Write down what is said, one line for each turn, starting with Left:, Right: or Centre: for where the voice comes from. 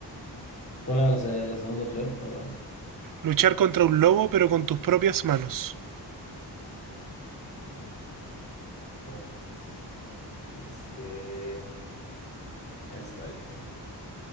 Left: ¿Cuál era la, se- la segunda opción? Perdón.
Right: Luchar contra un lobo, pero con tus propias manos.
Left: No manches. Este, eso está difícil.